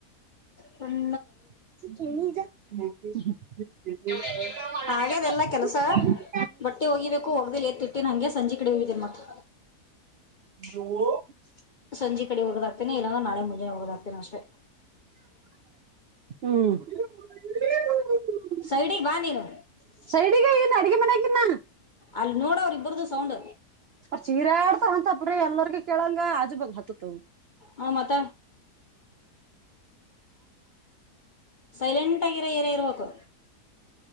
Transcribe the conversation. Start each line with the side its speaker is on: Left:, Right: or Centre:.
Left: ಸನ್
Right: <unintelligible> <inaudible>
Left: ಆಗ್ಯದ ಎಲ್ಲಾ ಕೆಲಸ ಬಟ್ಟೆ ಹೋಗಿಬೇಕು ಹೊೋಗ್ದಲಿ ಎತ್ ಇಟ್ಟೇ ನ ಹಂಗೆ ಸಂಜೆ ಕಡೆ ಹಿದೀರ್ ಮತ್ತ
Right: ಜೂ <unintelligible>
Left: ಸಂಜೆ ಕಡೆ ಹೋಗದಾಗ್ತೇನೆ ಇಲ್ಲಂದ್ರ ನಳೆ ಮುಂಜೆ ಹೋಗೋದಾಗ್ತನ ಅಷ್ಟೆ
Right: ಹ್ಮ್ <unintelligible> <unintelligible>
Left: ಸೈಡಿಗೆ ಬಾ ನೀನು
Right: ಸೈಡಿಗೆ ಇಲ್ಲ ಅಡಿಗೆ ಮನೆಾಗಿನ್ನ
Left: ಅಲ್ಲಿ ನೋಡೋ್ರ ಇಬ್ಬರದು ಸೌಂಡ್
Right: ಅ ಚೀರ ಆಡ್ತಾವಂತಪ್ರಿ ಎಲ್ಲರ್ಗ ಕೇಳಂಗ ಆಜು ಬದ ಹತ್ತತ್
Left: ಹ ಮಾತ ಸೈಲೆಂಟ್ ಆಗಿರ ಏರಿಯ ಇರ್ಬೇಕು